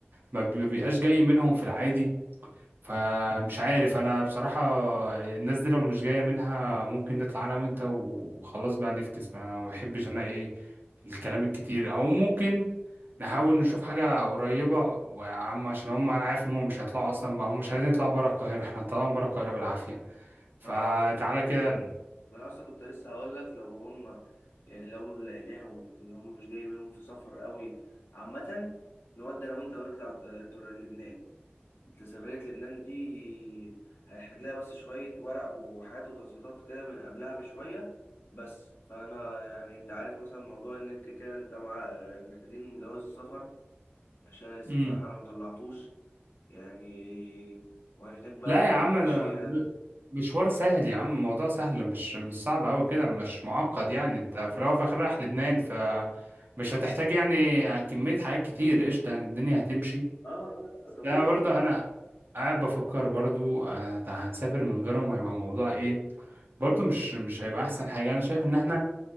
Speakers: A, on the right; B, on the left.
A: ما بي- بيبقاش جاي منهم في العادي فمش عارف انا بصراحة الناس دي لو مش جاية منها ممكن نطلع انا وانت وخلاص بقى نفكس بقى انا ما بحبش انا ايه الكلام الكتير او ممكن نحاول نشوف حاجة قريبة ويا عم عشان هم انا عارف هم مش هيطلعوا اصلا بقى هم مش عايزين يطلعوا برا القاهرة احنا طالعين برا القاهرة بالعافية فتعالى
B: اه ما دي حقيقة
A: كده
B: ما انا اصلا كنت لسه هقول لك لو هم يعني لو لقيناهم ان هم مش جاي منهم في سفر قوي عامة نودي انا وانت ونطلع ت- تر- لبنان جاذبية لبنان دي هيحتاج لها بس شوية ورق وحاجات وتظبيطات كده من قبلها بشوية بس فأنا يعني أنت عارف مثلا موضوع إن كده كده أنت مع محتاجين جواز السفر عشان أنا لسه
A: تعالى
B: بصراحة أنا مطلعتوش يعني وهنحتاج بقى
A: لا يا عم
B: تأشيرة
A: ده م- مشوار سهل يا عم الموضوع سهل مش مش صعب قوي كده مش معقد يعني انت في الاول وفي الاخر رايح لبنان ف مش هتحتاج يعني كمية حاجات كتير قشطة يعني الدنيا هتمشي
B: اه اه لا طبيعي
A: لا برضه انا قاعد بفكر برضه آه، ده هنسافر من غيرهم هيبقى الموضوع ايه برضه مش مش هيبقى احسن حاجة انا شايف ان احنا